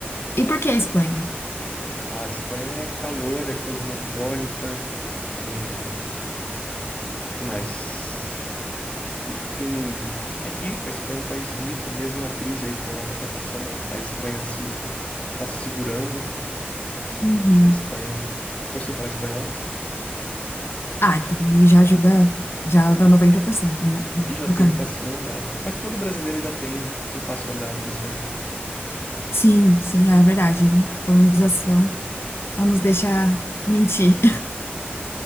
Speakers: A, on the left (about 80°); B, on the left (about 35°).
A: E por que a Espanha?
B: A Espanha é calor, é cosmopolita, é... que mais? Te- Tem... É rica, a Espanha é um país rico, mesmo na crise aí que a Europa tá passando, a Espanha se tá se segurando.
A: Uhum.
B: Acho que é Espanha. Eu sei falar espanhol.
A: Ah, então aí já ajuda, já dá 90%, né, do
B: e já
A: do
B: tem
A: caminho.
B: um passinho andado. Mas todo brasileiro já tem um passo andado nisso aí.
A: Sim, sim, é verdade, né? Colonização não nos deixa mentir.